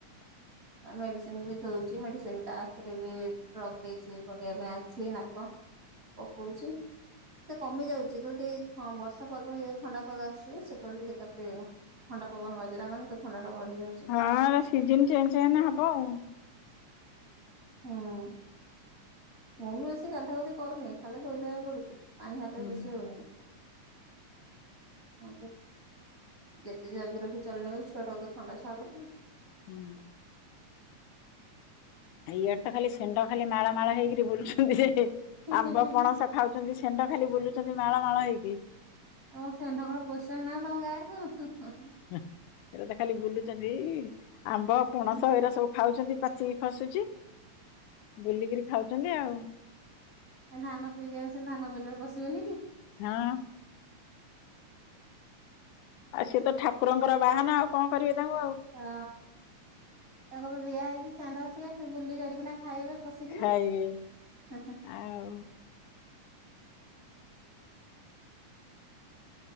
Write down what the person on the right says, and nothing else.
ମେଡିସିନ୍‌ ବି ଦୋଉଛି ମେଡିସିନ୍‌ ଟା ଆଖିରେ ବି ଡ୍ରପ୍ ଦେଇଛି ପକେଇବା ପାଇଁ। ଅଛି ନାକ ପକଉଛି। ସେ କମି ଯାଉଛି ଯେତେବେଳେ ଟ ବର୍ଷା ପାଗ ହେଇଯାଉଛି ଥଣ୍ଡା ପାଗ ଆସୁଛି ସେତେବେଳେ ଟିକେ ତା ଦେହ। ଥଣ୍ଡା ପବନ ବାଜିଲା ମାନେ ତ ଥଣ୍ଡା ଟା ବଢିଯାଉଛି।
ହଁ। ମୁଁ ବି ବେଶୀ ଗାଧା ଗୁଧି କରୁନି। ଖାଲି ଧୋଇ ଧୁଆ ହେଇ ପଡୁଛି ପାଣି ହାତ
ବି ବେଶୀ ହୋଉନି। ହଁ ଯେତେ ଜଗି ରଖି ଚଳିଲେ ଛୁଆ ଟା କେତେ ଥଣ୍ଡା ଛାଡୁନି।
ହିଁ ହିଁ
ହିଁ
ତମ ଷେଣ୍ଢ କଣ ପସେଇନାହାନ୍ତି ଗାଁ କୁ।
ହଁ
ଧାନ ସେ ଧାନ ବିଲରେ ପଶିବେନି କି।
ହଁ ତାଙ୍କୁ ତ ଦିଆ ହେଇଛି ଚାନ୍ଦା ସିଏ ସେ ବୁଲି କରିକିନା ଖାଇବେ। ପସିକିନା
ହେ ହେ।